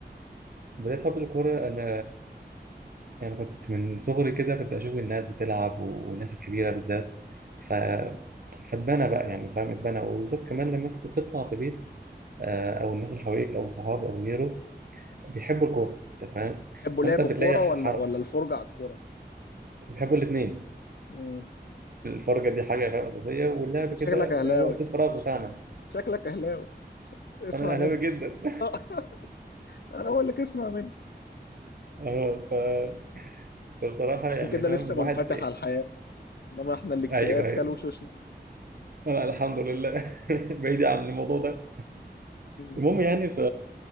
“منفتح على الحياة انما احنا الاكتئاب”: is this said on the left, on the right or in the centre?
Left